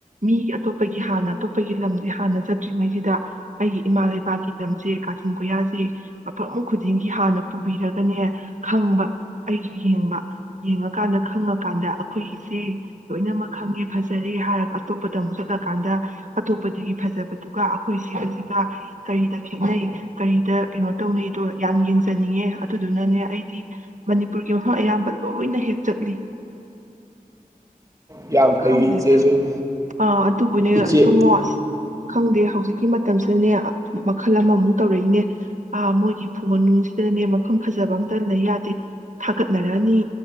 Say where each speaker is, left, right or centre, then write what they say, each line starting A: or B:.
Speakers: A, on the right (about 55°); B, on the right (about 20°).
A: ꯃꯤꯒꯤ ꯑꯇꯣꯞꯄꯒꯤ ꯍꯥꯟꯅ ꯑꯇꯣꯞꯄꯒꯤ ꯂꯝꯁꯦ ꯍꯥꯟꯅ ꯆꯠꯇ꯭ꯔꯤꯉꯩꯁꯤꯗ ꯑꯩꯒꯤ ꯏꯃꯥ ꯂꯩꯕꯥꯛꯀꯤ ꯂꯝꯁꯦ ꯀꯥꯆꯤꯟ ꯀꯣꯏꯌꯥꯁꯦ ꯃꯐꯝ ꯈꯨꯗꯤꯡꯒꯤ ꯍꯥꯟꯅ ꯄꯨꯕꯤꯔꯒꯅꯦ ꯈꯪꯕ꯫ ꯑꯩꯁꯨ ꯌꯦꯡꯕ ꯌꯦꯡꯉꯀꯥꯟꯗ ꯈꯪꯉꯀꯥꯟꯗ ꯑꯩꯈꯣꯏꯒꯤꯁꯦ ꯂꯣꯏꯅꯃꯛ ꯈꯪꯉꯦ ꯐꯖꯔꯦ ꯍꯥꯏꯔꯒ ꯑꯇꯣꯞꯄꯗ ꯑꯃꯨꯛ ꯆꯠꯂꯀꯥꯟꯗ ꯑꯇꯣꯞꯄꯗꯨꯒꯤ ꯐꯖꯕꯗꯨꯒ ꯑꯩꯈꯣꯏ ꯁꯤꯕꯁꯤꯒ ꯀꯔꯤꯗ ꯈꯦꯠꯅꯩ ꯀꯔꯤꯗ ꯀꯩꯅꯣ ꯇꯧꯅꯩꯗꯣ ꯌꯥꯝ ꯌꯦꯡꯖꯅꯤꯡꯉꯦ ꯑꯗꯨꯗꯨꯅꯅꯦ ꯑꯩꯗꯤ꯫ ꯃꯅꯤꯄꯨꫪꯒꯤ ꯃꯐꯝ ꯑꯌꯥꯝꯕ ꯂꯣꯏꯅ ꯍꯦꯛ ꯆꯠꯂꯤ꯫
B: ꯌꯥꯝ ꯐꯩ
A: ꯈꯪꯗꯦꯗ
B: ꯏꯆꯦꯁꯨ
A: ꯑꯥ ꯑꯗꯨꯕꯨꯅꯦ
B: ꯏꯆꯦ
A: ꯏꯕꯨꯡꯉꯣ ꯑꯁ꯫ ꯈꯪꯗꯦ ꯍꯧꯖꯤꯛꯀꯤ ꯃꯇꯝꯁꯤꯗꯅꯦ ꯃꯈꯜ ꯑꯃꯃꯨꯛ ꯇꯧꯔꯛꯏꯅꯦ ꯑ ꯃꯣꯏꯒꯤ ꯐꯣꯟ ꯅꯨꯡꯁꯤꯗꯅꯦ ꯃꯐꯝ ꯐꯖꯕ ꯑꯝꯇ ꯂꯩ ꯌꯥꯗꯦ ꯊꯥꯒꯠꯅꯔꯛꯑꯅꯤ